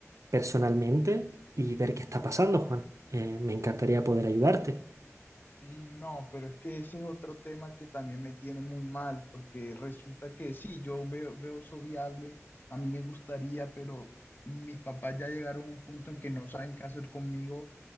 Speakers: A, on the right; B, on the left.
A: personalmente y ver qué está pasando, Juan. Eh, me encantaría poder ayudarte.
B: No, pero es que ese es otro tema que también me tiene muy mal, porque resulta que sí, yo veo, veo eso viable, a mí me gustaría, pero mis papás ya llegaron a un punto en que no saben qué hacer conmigo